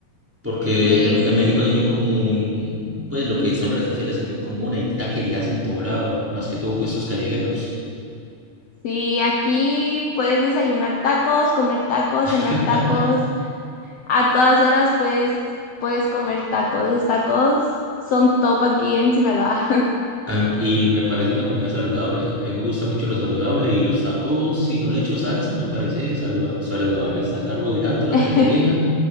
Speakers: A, in the centre; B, on the left.
A: Porque
B: Sí,
A: en,
B: sí,
A: en México
B: sí.
A: es muy común, pues lo que dicen redes sociales es muy común, hay taquerías en todo lado, más que todo puestos callejeros.
B: Sí, aquí puedes desayunar tacos, comer tacos,
A: <laughs>
B: cenar tacos. A todas horas puedes, puedes comer tacos. Los tacos son top aquí en Sinaloa.
A: Am- Y me parece una comida saludable. A mí me gusta mucho lo saludable y los tacos, si no le echo salsa, me parece saluda- saludable. Está el carbohidrato, la
B: <laughs>
A: proteína,